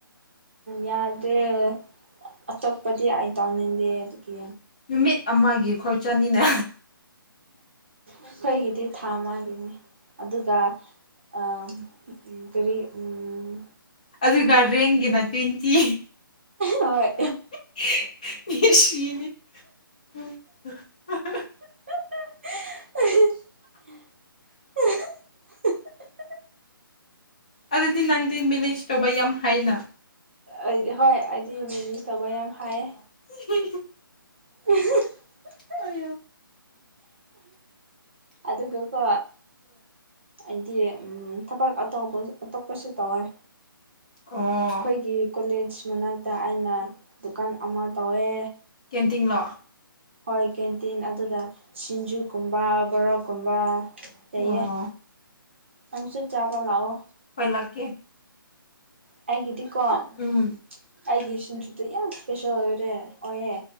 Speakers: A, on the right; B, on the left.
A: ꯌꯥꯗꯦꯜ ꯑꯇꯣꯞꯄꯗꯤ ꯑꯥꯏ ꯇꯥꯎꯅꯤꯡꯗꯦ ꯑꯗꯨꯒꯤ
B: ꯅꯨꯃꯤꯠ ꯑꯃꯥꯒꯤ ꯈꯣꯏ ꯆꯠꯅꯤꯅꯣ
A: ꯑꯈꯣꯏꯒꯤꯗꯤ ꯊꯥ ꯑꯃꯥꯒꯤꯅꯦ ꯑꯗꯨꯒ ꯑꯥ ꯎꯝ ꯀꯔꯤ ꯎꯝ
B: ꯑꯗꯨ ꯒ꯭ꯥꯔꯗꯦꯟꯒꯤꯅ ꯇ꯭ꯋꯦꯟꯇꯤ
A: ꯍꯣꯏ
B: <unintelligible>
A: <unintelligible>
B: ꯑꯗꯨꯗꯤ ꯅꯪꯗꯤ ꯃꯦꯅꯦꯖ ꯇꯧꯕ ꯌꯥꯝ ꯍꯩꯅ
A: ꯑꯩꯗꯤ ꯍꯣꯏ ꯑꯩꯗꯤ ꯃꯤꯅꯤꯁ ꯇꯧꯕ ꯌꯥꯝ ꯍꯥꯏꯌꯦ
B: <unintelligible>
A: <unintelligible>
B: ꯑꯣꯏꯌꯣ
A: ꯑꯗꯨꯒꯀꯣ ꯑꯩꯗꯤ ꯎꯝ ꯊꯕꯛ ꯑꯇꯣꯞꯄ ꯑꯇꯣꯞꯄꯁꯨ ꯇꯧꯋꯦ
B: ꯑꯣ
A: ꯈꯣꯏꯒꯤ ꯀꯣꯂꯦꯖ ꯃꯅꯥꯛꯇ ꯑꯩꯅ ꯗꯨꯀꯥꯟ ꯑꯃꯥ ꯇꯧꯋꯦ
B: ꯀꯦꯟꯇꯤꯟꯂꯣ
A: ꯍꯣꯏ ꯀꯦꯟꯇꯤꯟ ꯑꯗꯨꯗ ꯁꯤꯡꯖꯨꯀꯨꯝꯕ ꯕꯣꯔꯥꯀꯨꯝꯕ ꯇꯩꯌꯦ
B: ꯑꯣ
A: ꯅꯪꯁꯨ ꯆꯥꯕ ꯂꯥꯛꯑꯣ
B: ꯍꯣꯏ ꯂꯥꯛꯀꯦ
A: ꯑꯩꯒꯤꯗꯤꯀꯣ ꯑꯩꯒꯤ
B: ꯎꯝ
A: ꯁꯤꯡꯖꯨꯗꯨ ꯌꯥꯝ ꯏꯁꯄꯦꯁꯦꯜ ꯑꯣꯏꯔꯦ ꯑꯣꯏꯌꯦ